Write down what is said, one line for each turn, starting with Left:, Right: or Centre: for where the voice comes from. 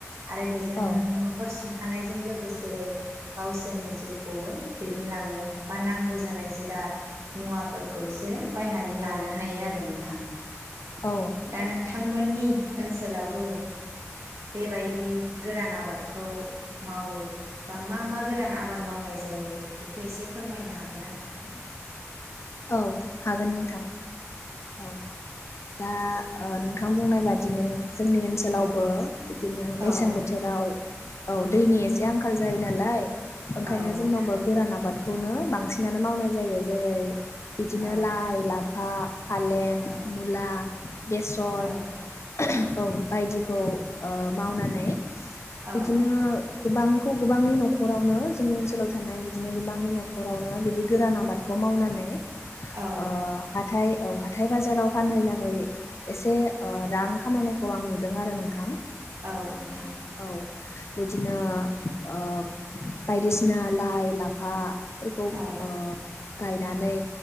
Right: आरो बेजोंनो
Left: औ
Right: नखर सुंथानाय जों लोगोसे गावसोरनि जिउखौबो दैदेनलाङो बा नांगौ जानाय जिराद मुवाफोरखौ बिसोरो बायनानै लानो हायो आरो नोंथां।
Left: औ
Right: दा नोंथांमोननि ओनसोलावबो बेबायदि गोरान आबादखौ मावो बा मा मा गोरान आबाद मावनाय जायो बेखौ एसे फोरमायनो हागोन ना नोंथां?
Left: औ हागोन नोंथां औ दा ओ नोंथां बुंनाय बादिनो जोंनि ओनसोलावबो
Right: औ
Left: बिदिनो मेसें
Right: औ
Left: बोथोराव औ दैनि एसे आंखाल जायो नालाय ओंखायनो
Right: औ नोंथां
Left: जोंनावबो गोरान आबाद खौनो बांसिनानो मावनाय जायो जेरै बिदिनो
Right: औ
Left: लाइ ला फा फालें,
Right: औ
Left: मुला, बेसर
Right: औ
Left: औ बायदिखौ ओ मावनानै
Right: औ
Left: बिदिनो गोबांखौ गोबांनि न'खरावनो जोंनि ओनसोलाव थानाय बिदिनो गोबांनि न'खरावनो बिदि गोरान आबादखौ मावनानै
Right: औ
Left: ओ हाथाय औ हाथाय बाजाराव फानहैनानै एसे ओ रां खामायनायखौ आं नुदों आरो नोंथां।
Right: औ नोंथां
Left: औ बिदिनो ओ बायदिसिना लाइ, लाफा फोरखौ
Right: औ
Left: ओ गायनानै